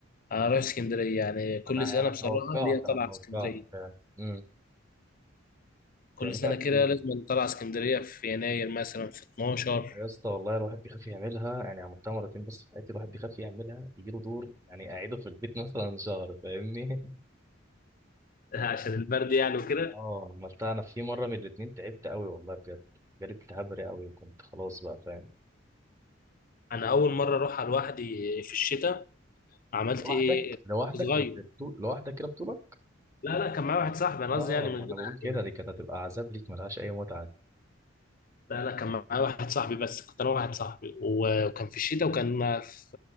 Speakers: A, on the left; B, on the right.
A: أروح اسكندرية يعني كل
B: انا
A: سنة
B: انا
A: بصراحة
B: توقعت
A: ليا
B: انا
A: طلعة
B: توقعت
A: اسكندرية
B: فعلا امم
A: كل
B: تعملها
A: سنة
B: كتير
A: كده
B: يعني
A: لازم طلعة اسكندرية في يناير مثلا في 12
B: يا اسطى والله الواحد بيخاف يعملها يعني عملتها مرتين بس في حياتي الواحد بيخاف يعملها يجيله دور يعني اعيده في البيت مثلا شهر فاهمني
A: <laughs> عشان البرد يعني وكده
B: اه عملتها انا في مره من الاتنين تعبت قوي والله بجد جالي التهاب رئوي وكنت خلاص بقى فاهم
A: انا اول مره اروحها لوحدي في الشتاء عملت
B: لوحدك
A: ايه
B: لوحدك
A: كنت صغير
B: كنت بتو... لوحدك كده بطولك
A: لا لا كان معايا واحد صاحبي انا
B: اه
A: قصدي يعني من غير
B: ما انا بقول
A: اهلي
B: كده
A: يعني
B: دي كانت هتبقى عذاب ليك ملهاش اي متعه دي
A: لا لا كان معايا واحد صاحبي بس كنت انا واحد صاحبي وكان في الشتاء وكان في